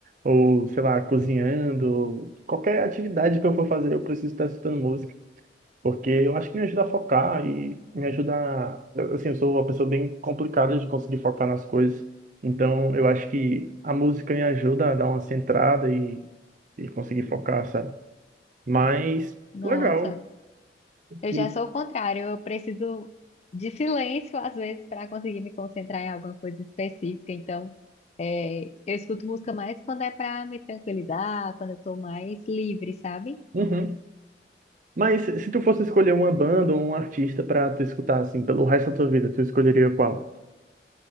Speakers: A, on the right (about 45°); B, on the left (about 35°).
A: Ou, sei lá, cozinhando. Qualquer atividade que eu for fazer, eu preciso estar escutando música. Porque eu acho que me ajuda a focar e me ajuda a... Assim, eu sou uma pessoa bem complicada de conseguir focar nas coisas. Então, eu acho que a música me ajuda a dar uma centrada e, e conseguir focar, sabe? Mas,
B: Nossa,
A: legal.
B: eu
A: E-
B: já sou o contrário. Eu preciso de silêncio às vezes para conseguir me concentrar em alguma coisa específica. Então, é, eu escuto música mais quando é para me tranquilizar, quando eu tô mais livre, sabe?
A: Uhum. Mas se tu fosse escolher uma banda ou um artista pra tu escutar, assim, pelo resto da tua vida, tu escolheria qual?